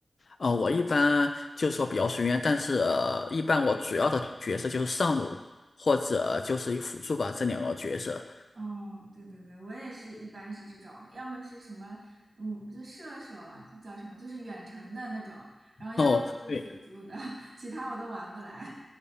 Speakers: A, on the left; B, on the right.
A: 呃，我一般就是说比较随缘，但是呃一般我主要的角色就是上路或者就是一辅助吧，这两个角色。
B: 哦，对对对，我也是一般是这种，要么是什么，嗯，这射手啊，叫什么，就是远程的那种，然后要么是辅助的，
A: 哦，对，
B: <laughs> 其他我都玩不来。